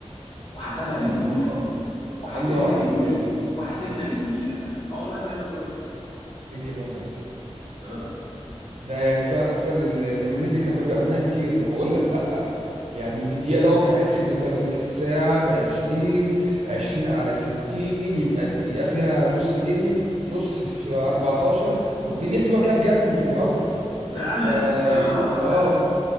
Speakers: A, on the left (about 50°); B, on the right (about 75°).
A: وحسبها بالدقيقة
B: الله
A: وحاسبنا
B: الله على
A: بالدقيقة
B: الجمال
A: وحاسبنا بالدقيقة <laughs> اه والله زي ما بقول لك
B: إيه الجمال ده
A: اه
B: ده يعني فعلا ال- النماذج دي خد بالك بقى منها كتير ما أنا بقول لك لأ يعني بالدقيقة دوت هيحسب لك بقى يقول لك الساعة ب 20 20 على 60 يبقى الدقيقة فيها نص جنيه نص في 14 وتلاقيه بيحسبها كده بجد مش بيهزر
A: فعلا
B: فيعني
A: ده اللي حصل
B: اه
A: فعلا